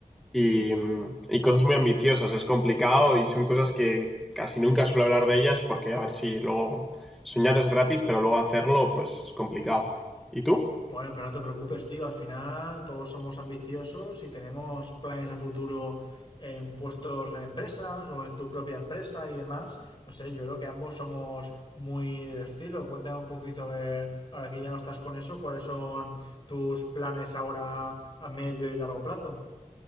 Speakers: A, in the centre; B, on the left.
A: y, mm, y cosas muy ambiciosas. Es complicado y son cosas que casi nunca suelo hablar de ellas porque a ver si luego soñar es gratis, pero luego hacerlo pues es complicado. ¿Y tú?
B: Bueno, pero no te preocupes, tío. Al final todos somos ambiciosos y tenemos planes a futuro en puestos en empresas o en tu propia empresa y demás. No sé, yo creo que ambos somos muy del estilo. Cuéntame un poquito, a ver, ahora que ya no estás con eso, ¿cuáles son tus planes ahora a medio y largo plazo?